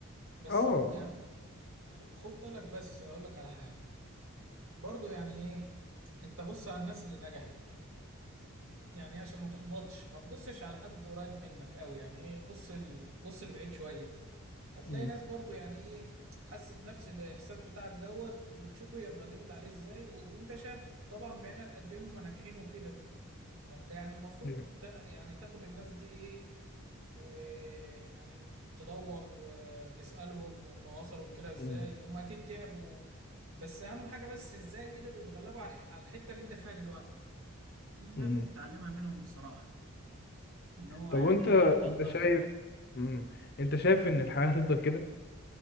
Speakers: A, on the right (about 70°); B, on the left (about 45°).
A: بس
B: اه
A: يعني خ- خد بالك بس اقول لك على حاجه برضو يعني ايه انت بص على الناس اللي نجحت يعني إيه عشان ما تحبطش ما تبصش على حد قريب منك قوي يعني ايه بص ال... بص لبعيد شوية هتلاقي
B: مم.
A: ناس برضو يعني ايه حست نفس الاحساس بتاعك دوت وتشوف هي اتغلبت عليه ازاي و... وانت شايف طبعا بعينك قد ايه هم ناجحين وكده فانت يعني المفروض
B: مم.
A: تا- يعني تاخد الناس دي ايه ويعني تدور وتسألهم هم وصلوا لكده ازاي
B: مم.
A: هم اكيد تعبوا بس اهم حاجة بس ازاي قدروا يتغلبوا على الح- على الحتة اللي انت فيها دلوقتي دي اللي لازم
B: مم.
A: تتعلمها منهم بصراحة اللي هو
B: طب
A: يعني
B: وانت
A: ايه الاحباط
B: انت
A: ده
B: شايف مم. انت شايف ان الحياة هتفضل كده